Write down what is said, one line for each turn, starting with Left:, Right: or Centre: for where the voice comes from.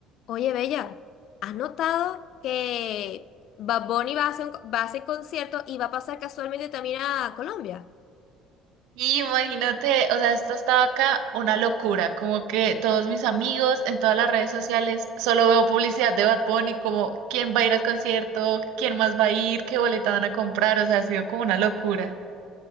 Left: Oye, Bella, ¿has notado que Bad Bunny va a hacer, un- va a hacer concierto y va a pasar casualmente también a Colombia?
Right: Y imagínate, o sea, esto estaba acá una locura, como que todos mis amigos en todas las redes sociales solo veo publicidad de Bad Bunny, como quién va a ir al concierto, quién más va a ir, qué boleta van a comprar, o sea, ha sido como una locura.